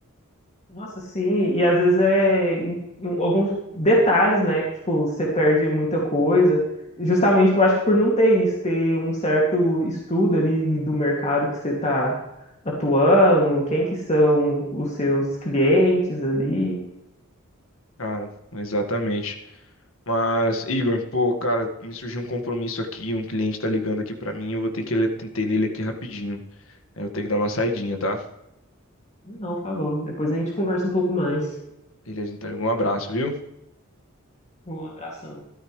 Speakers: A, on the left; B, on the left.
A: Nossa, sim, e às vezes é em- em alguns detalhes, né? Que, tipo, você perde muita coisa. Justamente, eu acho que por não ter isso, ter um certo estudo ali do mercado que você está atuando, quem que são os seus clientes ali.
B: Cara, exatamente. Mas, Igor, pô, cara, me surgiu um compromisso aqui, um cliente tá ligando aqui pra mim, eu vou ter que ele- atender ele aqui rapidinho. Aí eu vou ter que dar uma saidinha, tá?
A: Não, falou. Depois a gente conversa um pouco mais.
B: Beleza, então, um abraço, viu?
A: Um abração.